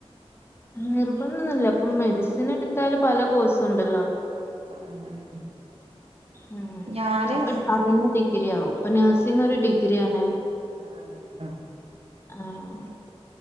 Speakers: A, on the left; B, on the right.
A: നിർബന്ധമൊന്നില്ല അപ്പം മെഡിസിൻ എടുത്താല് പല കോഴ്സും ഉണ്ടല്ലോ.
B: ആഹ് അങ്ങനെ
A: ഉം
B: ഞാന്
A: അപ്പൊ
B: എസ്
A: അത്. ഇപ്പൊ
B: എൽ സി
A: തന്നെ
B: ല് പോയി.
A: ഡിഗ്രി ആവും, ഇപ്പൊ നഴ്സിംഗ് ഒരു ഡിഗ്രി ആണ്.
B: അ അങ്ങനെ അഹ്
A: ആഹ്